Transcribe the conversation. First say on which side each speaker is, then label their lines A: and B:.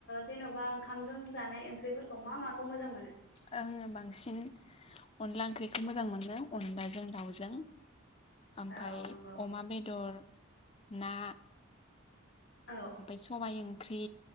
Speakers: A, on the left; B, on the left.
A: जेन'बा ओंखामजों जानाय। ओंख्रिफोरखौ मा माखौ मोजां मोनो
B: आङो बांसिन अनला ओंख्रिखौ मोजां मोनो अनलाजों दाउजों। ओमफाय
A: औ नंगौ
B: अमा बेदर। ना।
A: औ
B: ओमफायय सबाय ओ ओंख्रि।